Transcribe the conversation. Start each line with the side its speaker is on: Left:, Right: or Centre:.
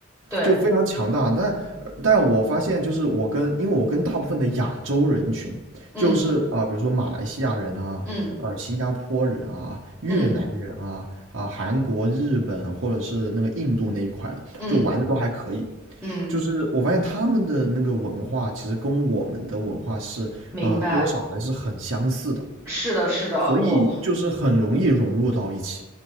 Centre: 对，
Right: 就非常强大。但但我发现，就是我跟因为我跟大部分的亚洲人群，
Centre: 嗯
Right: 就是啊、比如说马来西亚人啊，
Centre: 嗯
Right: 呃，新加坡人啊，越南人啊，
Centre: 嗯
Right: 啊、韩国、日本或者是那个印度那一块了，
Centre: 嗯
Right: 就玩的都还可以。
Centre: 嗯，
Right: 就是我发现他们的那个文化，其实跟我们的文化是呃多少还是很相似的，
Centre: 明白。是的，是的，
Right: 所以就是很容易融入到一起。
Centre: 我、